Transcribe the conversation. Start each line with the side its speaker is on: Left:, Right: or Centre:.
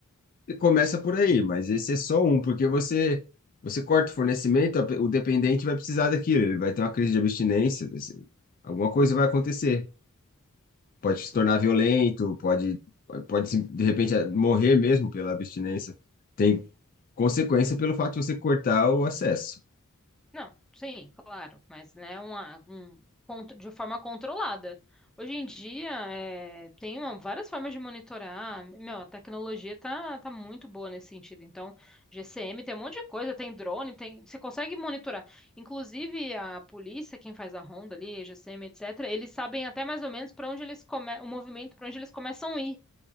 Left: começa por aí, mas esse é só um, porque você você corta o fornecimento, a pe- o dependente vai precisar daquilo, ele vai ter uma crise de abstinência, desse- alguma coisa vai acontecer. Pode se tornar violento, pode pode se- de repente eh, morrer mesmo pela abstinência. Tem consequência pelo fato de você cortar o acesso.
Centre: Não, sim, claro, mas né, uma, um, contro- de forma controlada. Hoje em dia, é, tem uma- várias formas de monitorar. Meu, a tecnologia tá, tá muito boa nesse sentido. Então, GCM tem um monte de coisa, tem drone, tem, você consegue monitorar. Inclusive, a polícia, quem faz a ronda ali, GCM, etc., eles sabem até mais ou menos para onde eles come, o movimento, para onde eles começam a ir.